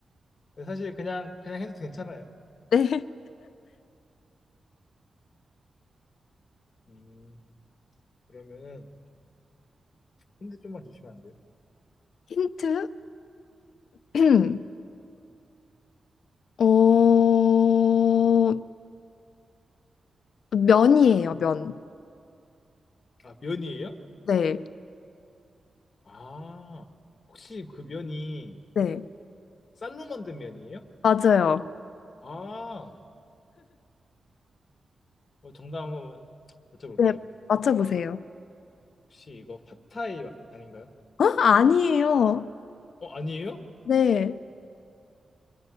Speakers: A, on the left; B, on the left.
A: 근데 사실 그냥 그냥 해도 괜찮아요.
B: 네.
A: 음, 그러면은 힌트 좀만 주시면 안 돼요?
B: 힌트? <clears throat> 어, 면이에요, 면.
A: 아, 면이에요?
B: 네,
A: 아, 혹시 그 면이
B: 네.
A: 쌀로 만든 면이에요?
B: 맞아요.
A: 아, 어, 정답 한번 여쭤볼게요.
B: 네, 맞춰보세요.
A: 혹시 이거 팟타이 마- 아닌가요?
B: 어? 아니에요.
A: 어, 아니에요?
B: 네.